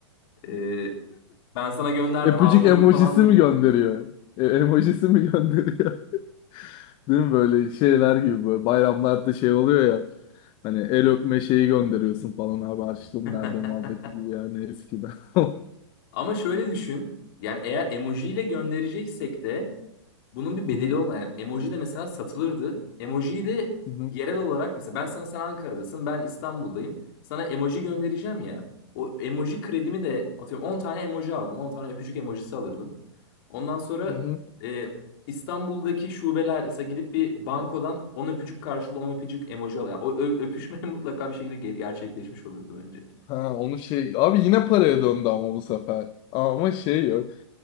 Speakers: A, on the left (about 50°); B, on the left (about 35°).
A: E, ben sana gönderdim
B: öpücük
A: aldın
B: emojisi
A: mı falan diye.
B: mi gönderiyor? E, emojisi mi gönderiyor? Değil mi böyle şeyler gibi böyle bayramlarda şey oluyor ya hani el öpme şeyi gönderiyorsun falan abi harçlığım
A: <laughs>
B: nerede muhabbeti gibi yani eskiden. <laughs>
A: Ama şöyle düşün. Yani eğer emojiyle göndereceksek de bunun bir
B: Hı
A: bedeli
B: hı,
A: olmayan yani emoji de mesela satılırdı. Emojiyi de
B: hı hı,
A: yerel olarak mesela ben sana sen Ankara'dasın, ben İstanbul'dayım. Sana emoji göndereceğim ya. O emoji kredimi de atıyorum 10 tane emoji aldım. 10 tane öpücük emojisi alırdım. Ondan sonra
B: hı hı.
A: e, İstanbul'daki şubeler mesela gidip bir bankodan 10 öpücük karşılığı 10 öpücük emoji alıyor. Yani o ö- öpüşme <laughs> mutlaka bir şekilde ger- gerçekleşmiş olurdu bence.
B: Ha onu şey abi yine paraya döndü ama bu sefer. Ama şey yok.